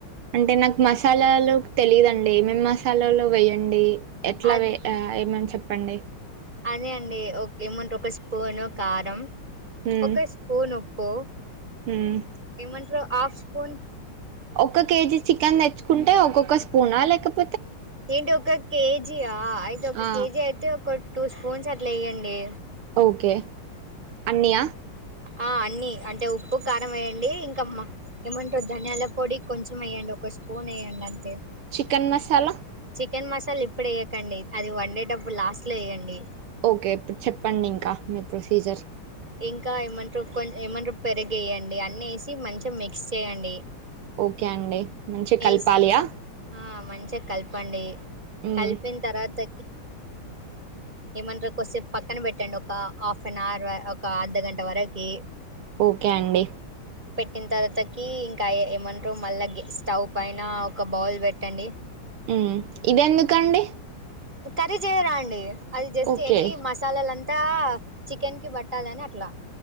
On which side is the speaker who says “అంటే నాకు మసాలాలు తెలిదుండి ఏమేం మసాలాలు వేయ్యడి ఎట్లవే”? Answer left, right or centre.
Right